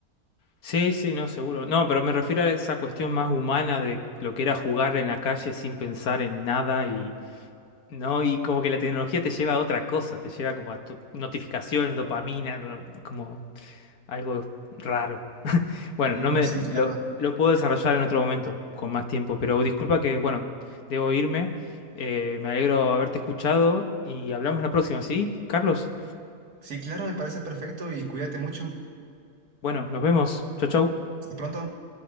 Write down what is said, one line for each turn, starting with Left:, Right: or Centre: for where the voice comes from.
Left: Sí, sí, no, seguro. No, pero me refiero a esa cuestión más humana de lo que era jugar en la calle sin pensar en nada y no, y como que la tecnología te lleva a otra cosa, te lleva como a tu- notificaciones, dopamina, no- como algo raro. Bueno,
Right: Mm,
Left: no me
Right: sí, claro.
Left: lo, lo puedo desarrollar en otro momento, con más tiempo, pero disculpa que, bueno, debo irme. Eh, me alegro haberte escuchado y hablamos la próxima, ¿sí? Carlos,
Right: Sí, claro, me parece perfecto y cuídate mucho.
Left: bueno, nos vemos. Chau, chau.
Right: Hasta pronto.